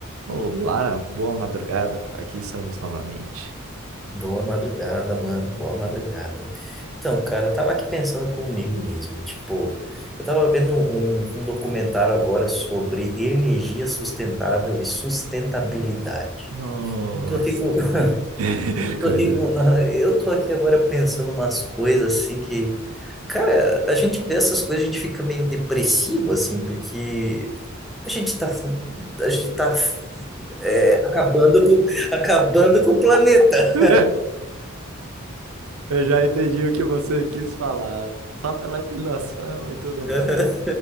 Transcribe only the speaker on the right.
Olá, boa madrugada. Aqui estamos novamente.
No- Nossa.
<laughs>
Código.
<laughs> Eu já entendi o que você quis falar, só pela entonação e tudo
mais.